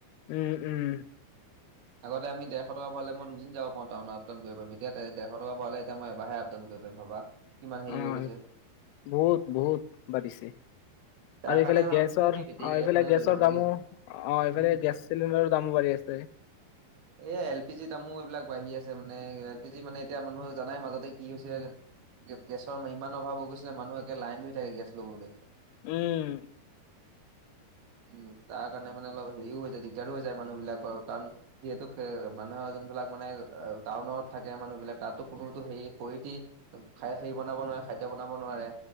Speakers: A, on the left; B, on the right.
A: উম, উম।
B: আগতে আমি দেৰশ টকা ভৰালে মই দুদিন যাব পাৰো টাউনলৈ আপ ডাউন কৰিব পাৰিম। এতিয়া দেৰশ টকা ভৰালে এতিয়া এবাৰহে আপ প ডাউন কৰিব পাৰিম ভাবা, কিমান হেৰি
A: অ',
B: হৈ গৈছে।
A: বহুত, বহুত বাঢ়িছে।
B: তাৰ
A: আৰু
B: কাৰণে
A: এইফালে
B: ভাবিছো
A: গেছৰ
B: সেই
A: আৰু
B: বেটেৰী গাড়ী
A: এইফালে
B: এখনে
A: গেছৰ
B: লৈ লওঁ নেকি
A: দামো অ' এইফালে
B: উম
A: গেছ চিলিণ্ডাৰৰ দামো বাঢ়ি আছে।
B: <inaudible> এ, এল পি জি দামো এইবিলাক বাঢ়ি আছে মানে এল পি জি মানে এতিয়া মানুহে জানাই মাজতে কি হৈছিল গেছৰ ইমান অভাৱ হৈ গৈছিলে মানুহ একে লাইন ধৰি থাকে গেছ ল'বলৈ।
A: উম,
B: উম, তাৰ কাৰণে মানে অলপ হেৰিও হৈ যায় দিগদাৰো হৈ যায় মানুহ বিলাকৰ কাৰণ যিহেতু মানুহৰ যোনবিলাক মানে টাউনত থাকে মানুহ বিলাক তাতো কোনো হেৰি খৰিদি <unintelligible> বনাব নোৱাৰে খাদ্য বনাব নোৱাৰে।